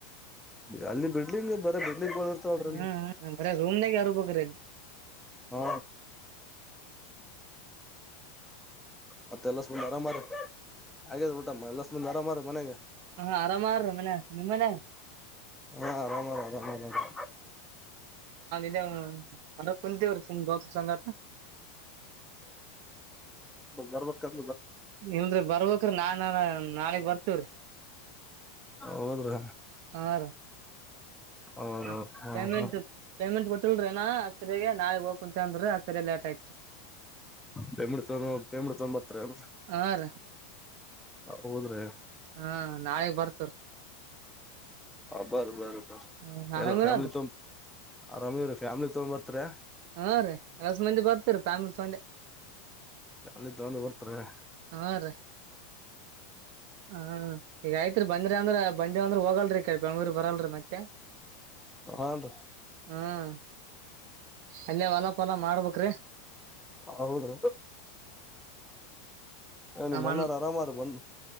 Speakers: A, in the centre; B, on the right.
A: ಅಲ್ಲಿ ಬಿಡ್ಲಿಂಗ್ ಬರ ಬಿಡ್ಲಿಂಗ್ ಗಳು ಇರ್ತವಲ್ರಿ
B: ಹ್ಮ
A: ಅಲ್ಲಿ
B: ಬರ ರೂಮ್ನಾಗಾ ಇರಬೇಕ್ರಿಲ್ಲಿ.
A: ಹಾ ಮತ್ತೆ ಎಲ್ಲಸ್ ಬಂದ್ ಮರಾಮಾರಿ ಆಗ್ಯದ್ ಊ ಎಲ್ಲಷ್ಟಂದ ಆರಾಮಾರ ಮನೆಗೆ.
B: ಹಾ ಅರಾಮಾರ ಮನ ನಿಮ್ ಮನ್ಯಾಗ್.
A: ಹಾ ಆರಾಮ ರ ಆರಾಮ ರ ನೋಡ್ರಿ.
B: <unintelligible> ಅದ ಕುಂತಿವ್ರಿ ಸುಮ್ ಬಸ್ ಸಂಘಟ.
A: ಬರ್ಬಕೇನ್
B: ಇಲ್ರಿ ಬರ್ಬೇಕ್ರ ನಾನನ. ನಾಳಿಗ್ ಬರ್ತಿವ್ರಿ.
A: ಹೌದ್ರಿ
B: ಅ ಆರ.
A: ಹೌದ
B: ಹ
A: ಹಾ
B: ಪೇಮೆಂಟ್
A: ಹಾ
B: ಪೇಮೆಂಟ್ ಕೊಟ್ಟ್ ತಿಳ್ರೇನಾ ಆತ್ರಿರಿಗೆ ನಾಳಗ್ ಹೋಗ್ ಅಂತ ಅಂದ್ರ ಆ ಸರಿ ಲೇಟ್ ಆಯ್ತು.
A: ಬೆಂಬಡ್ ಚ ಪೇಮಡ್ ತನ್ಂಬತ್ರ ಅಲ್
B: ಹಾ ರೀ
A: ಅ ಹೋದ್ರೆ.
B: ಹಾ ನಾಳೆಗ್ ಬರ್ತರ್.
A: ಹಾ ಬರ ಬರ್.
B: ಹ್ಮ್
A: ಎಲ್ಲ
B: ಆರಾಮಿರಲ್ರಿ
A: ಫ್ಯಾಮಿಲಿ ತೋಮ್ ಆರಾಮ ರೀ ಫ್ಯಾಮಿಲಿ. ಹತ್ತೊಂಬತ್ರೆ.
B: ಹಾ ರೀ ಏಸ್ ಮಂದಿ ಬರ್ತೀರಿ ಫ್ಯಾಮಿಲಿ ತೊಂಡೆ
A: ಫ್ಯಾಮಿಲಿ ತಗೊಂಡ್ ಬರ್ತಾರ
B: ಹಾ ರೀ. ಹ ಈಗ ಆಯ್ತ್ರಿ ಬಂದ್ರಿ ಅಂದ್ರ ಬಂದೇವ್ ಅಂದ್ರ ಹೋಗಲ್ದ್ ಕ್ಕೆ ಬೆಂಗ್ಳೂರಿಗ್ ಬರಲ್ರಿ ಮತ್ತೆ.
A: ಆನ್ದು.
B: ಹ್ಮ್. ಅಲ್ಲೇ ಹೊಲ ಪಲ ಮಾಡ್ಬೇಕ್. ಕ್ರೆ.
A: ಹೌದು. ಹ ನೀ
B: ನಮ್
A: ಮಣ್ಣಾರ
B: ಅಣ್
A: ಆರಾಮರ ಬಂದು.